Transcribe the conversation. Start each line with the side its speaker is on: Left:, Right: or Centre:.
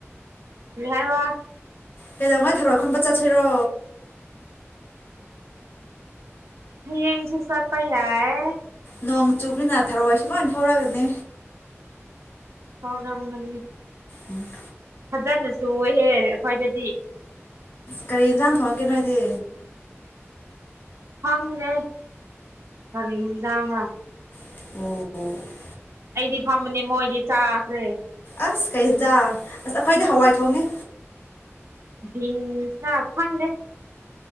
Right: ꯌꯥꯍ ꯋꯥ
Left: ꯀꯩꯗꯧꯉꯥꯏ ꯊꯧꯔꯈꯟꯕ ꯆꯠꯁꯤꯔꯣ
Right: ꯍ ꯌꯦꯡꯁꯨꯁꯄ ꯌꯥꯏ
Left: ꯅꯣꯡ ꯆꯨꯞꯅꯤꯅꯥ ꯊꯔꯑꯣꯏꯁꯨ ꯂꯣꯏ ꯊꯧꯔꯛꯒꯅꯤ
Right: ꯄꯣꯒ꯭ꯔꯝꯒꯅꯤ
Left: ꯎꯝ
Right: ꯍꯖꯅꯁꯨ ꯍꯦ ꯈ꯭ꯋꯥꯣꯏꯗꯗꯤ
Left: ꯀꯔꯤ ꯌꯦꯟꯖꯥꯡ ꯊꯣꯡꯉꯒꯦ ꯅꯣꯏꯗꯤ
Right: ꯐꯪꯦ ꯐꯔꯤꯖꯥꯡꯉ
Left: ꯑꯣ
Right: ꯑꯩꯗꯤ ꯐꯝꯕꯅꯦ ꯃꯣꯏꯗꯤ ꯆꯥ ꯇꯦ
Left: ꯑꯁ ꯀꯩꯦꯟꯖꯥ ꯑꯁ ꯑꯩꯈꯣꯏꯗꯤ ꯍꯋꯥꯏ ꯊꯣꯡꯉꯦ
Right: ꯤꯟꯁ ꯈꯪꯒꯦ